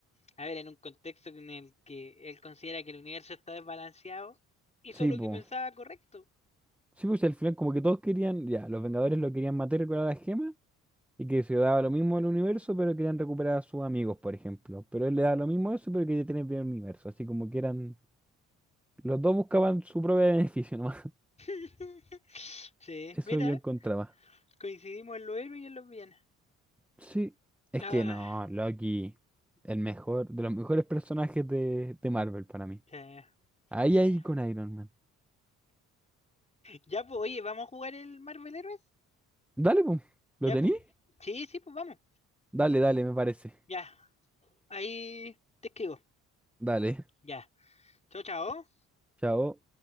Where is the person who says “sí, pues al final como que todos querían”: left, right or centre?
Centre